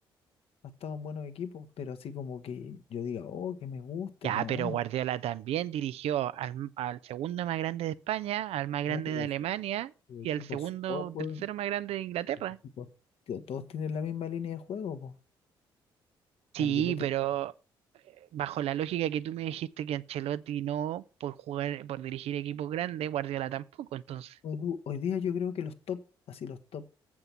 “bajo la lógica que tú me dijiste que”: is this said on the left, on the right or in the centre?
Right